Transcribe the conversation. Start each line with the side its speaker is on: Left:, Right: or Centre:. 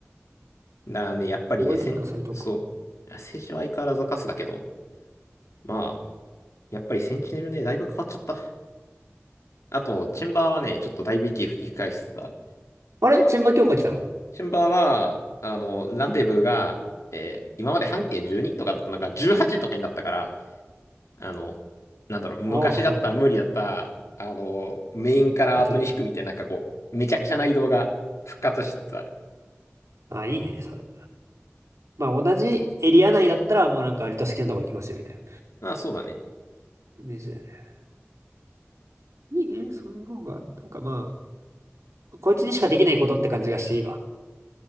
Left: だからね、やっぱりね、
Right: 防衛だったら最強か。
Left: セン、そう。政治は相変わらずカスだけど、まあ、やっぱりセンチネルね、だいぶ変わっちゃった。あと、チェンバーはね、ちょっとだいぶ息吹き返しつつだ。
Right: あれチェンバ強化来たの
Left: チェンバーは、あの、ランデブーが、えー今まで半径12とかだったのが18とかになったから、あの、なんだろう、
Right: ああ、
Left: 昔だったら無理だった、あの、メインから後に引くみたいな、
Right: なってる。
Left: なんかこう、めちゃくちゃな移動が復活しつつある。
Right: あ、いいね、それ。まあ、同じエリア内だったら、もうなんか割と好きなとこ行きますよ、みたいな
Left: まあ、そうだね。
Right: イメージだよね。いいね、そういう方が、なんかまあ、こいつにしかできないことって感じがしていいわ。